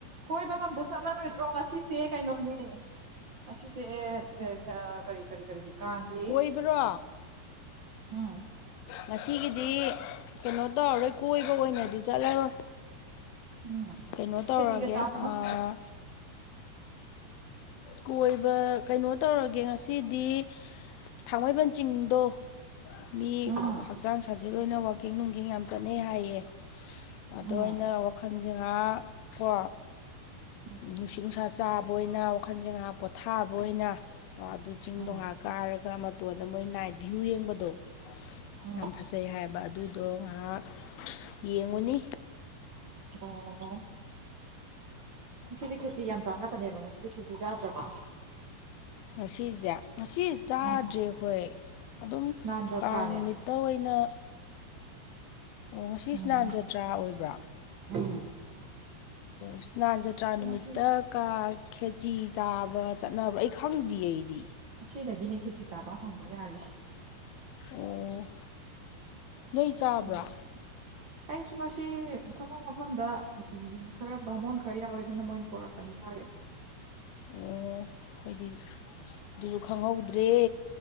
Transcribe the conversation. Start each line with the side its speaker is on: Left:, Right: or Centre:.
Right: ꯀꯣꯏꯕ ꯑꯝꯇ ꯆꯠꯂꯔꯣꯏꯗ꯭ꯔꯣ ꯉꯁꯤ ꯁꯦ ꯀꯩꯅꯣꯅꯦ ꯑꯁꯤꯁꯦ ꯑꯥ ꯀꯔꯤ ꯀꯔꯤ ꯀꯔꯤ ꯀꯥꯡꯒꯤ
Left: ꯀꯣꯏꯕꯥꯔꯣ
Right: ꯎꯝ
Left: ꯉꯁꯤꯒꯤꯗꯤ ꯀꯩꯅꯣ ꯇꯧꯔꯥꯔꯣꯏ ꯀꯣꯏꯕ ꯑꯣꯏꯅꯗꯤ ꯆꯠꯂꯔꯣꯏ
Right: ꯎꯝ
Left: ꯀꯩꯅꯣ ꯇꯧꯔꯒꯦ
Right: ꯈꯦꯆꯤꯒ ꯆꯥꯕ꯭ꯔꯣ
Left: ꯑꯥ
Right: ꯉꯁꯤꯗꯤ
Left: ꯀꯣꯏꯕ ꯀꯩꯅꯣ ꯇꯧꯔꯥꯒꯦ ꯉꯁꯤꯗꯤ ꯊꯥꯡꯃꯩꯕꯟ ꯆꯤꯡꯗꯣ ꯃꯤ
Right: ꯎꯝ
Left: ꯍꯛꯆꯥꯡ ꯁꯥꯖꯦꯜ ꯑꯣꯏꯅ ꯋꯥꯛꯀꯤꯡ ꯅꯨꯡꯒꯤꯡ ꯌꯥꯝ ꯆꯠꯅꯩ ꯍꯥꯏꯌꯦ ꯑꯗꯣ
Right: ꯎꯝ
Left: ꯑꯩꯅ ꯋꯥꯈꯜꯖꯦ ꯉꯍꯥꯡ ꯀꯣ
Right: ꯎꯝ
Left: ꯅꯨꯡꯁꯤꯠ ꯅꯨꯡꯁꯥ ꯆꯥꯕ ꯑꯣꯏꯅ ꯋꯥꯈꯜꯖꯦ ꯉꯥꯍꯥꯛ ꯄꯣꯊꯥꯕ ꯑꯣꯏꯅ ꯑꯗꯨ ꯆꯤꯡꯗꯣ
Right: ꯎꯝ
Left: ꯉꯥꯍꯥꯛ ꯀꯥꯔꯒ ꯃꯇꯣꯟꯗ ꯃꯣꯏ ꯅꯥꯏꯠ ꯚ꯭ꯌꯨ ꯌꯦꯡꯕꯗꯣ
Right: ꯎꯝ
Left: ꯌꯥꯝ ꯐꯖꯩ ꯍꯥꯏꯌꯦꯕ ꯑꯗꯨꯗꯣ ꯉꯥꯍꯥꯛ ꯌꯦꯡꯉꯨꯅꯤ
Right: ꯑꯣ ꯉꯁꯤꯗꯤ ꯈꯦꯆ꯭ꯔꯤ ꯌꯥꯝ ꯆꯥꯟꯅꯕꯅꯦꯕ ꯉꯁꯤꯗꯤ ꯈꯦꯆ꯭ꯔꯤ ꯆꯥꯗ꯭ꯔꯥꯕꯣ
Left: ꯉꯁꯤꯖꯦ ꯉꯁꯤ ꯆꯥꯗ꯭ꯔꯦ
Right: ꯎꯝ
Left: ꯑꯈꯣꯏ ꯑꯗꯨꯝ
Right: ꯁ꯭ꯅꯥꯟ ꯖꯇ꯭ꯔꯥꯅꯦ
Left: ꯀꯥꯡ ꯅꯨꯃꯤꯠ ꯇꯥꯑꯣꯏꯅ ꯑꯣꯏꯅ ꯑꯣ ꯉꯁꯤ
Right: ꯎꯝ
Left: ꯏꯁꯅꯥꯟ ꯖꯇ꯭ꯔꯥ ꯑꯣꯏꯕ꯭ꯔꯥ
Right: ꯎꯝ
Left: ꯏꯁꯅꯥꯟ ꯖꯇ꯭ꯔꯥ ꯅꯨꯃꯤꯠꯇ
Right: ꯉꯁꯤ
Left: ꯀꯥ ꯈꯦꯆꯤ ꯆꯥꯕ ꯆꯠꯅꯕ꯭ꯔꯥ ꯑꯩ ꯈꯪꯗꯤꯌꯦ ꯑꯩꯗꯤ
Right: ꯉꯁꯤꯗꯒꯤꯅꯦ ꯈꯦꯆꯤ ꯆꯥꯕ ꯍꯧꯕ ꯌꯥꯔꯤꯁꯦ
Left: ꯑꯣ ꯅꯣꯏ
Right: <unintelligible>
Left: ꯆꯥꯕ꯭ꯔꯥ
Right: ꯑꯩꯁꯨ ꯉꯁꯤ ꯊꯕꯛ ꯃꯐꯝꯗ ꯈꯔ ꯚꯥꯃꯣꯟ ꯈꯔ ꯌꯥꯎꯋꯦ ꯑꯗꯨꯅ ꯃꯣꯏꯅ ꯄꯣꯔꯛ ꯇꯅ ꯆꯥꯔꯛꯑꯦ
Left: ꯑꯣ ꯑꯩꯗꯤ ꯑꯗꯨꯖꯨ ꯈꯪꯍꯧꯗ꯭ꯔꯦ